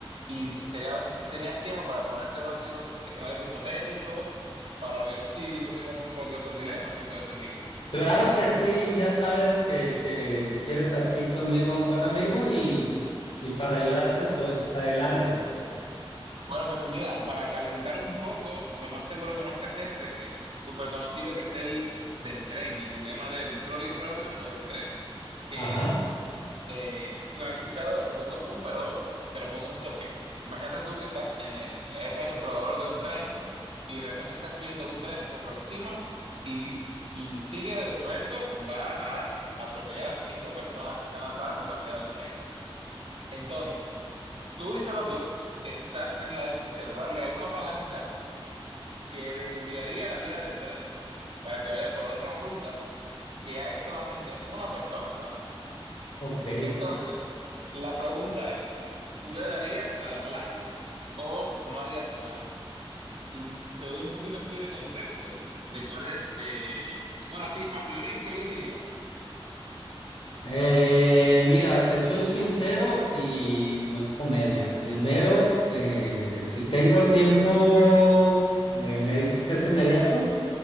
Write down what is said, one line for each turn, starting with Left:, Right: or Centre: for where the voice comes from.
Right: y quería ver si tenías tiempo para ponerte unos, así unos escenarios hipotéticos para ver si discutimos un poco esos dilemas que pueden surgir.
Left: Claro que sí, ya sabes que, que tienes aquí conmigo a un buen amigo y, y para ayudarte estoy. Adelante.
Right: Bueno, pues sí, mira, para calentar un poco, lo más seguro conozcas este, que es súper conocido, que es el del tren, el dilema del trolley problem o del tren. que
Left: Ajá,
Right: es, eh, no sé si lo has escuchado, es muy común, pero te lo pongo en situación. Imagínate tú que estás en el eje controlador de un tren y de repente estás viendo un tren que se aproxima y si sigue recto va a atropellar a cinco personas que están atadas a la vía del tren. Entonces, tú y solo tú estás en la disposición de darle una palanca que desviaría la vía del tren para que vaya por otra ruta que hay solamente una persona atada.
Left: ok.
Right: Entonces, la pregunta es, ¿tú le darías a la palanca o no harías nada? Y te doy un poquito así de contexto de cuál es, eh, bueno, así, a priori, ¿qué elegirías?
Left: Eh, mira, te soy sincero y no es comedia. Primero, eh, si tengo tiempo, eh, ¿me dices que es inmediato?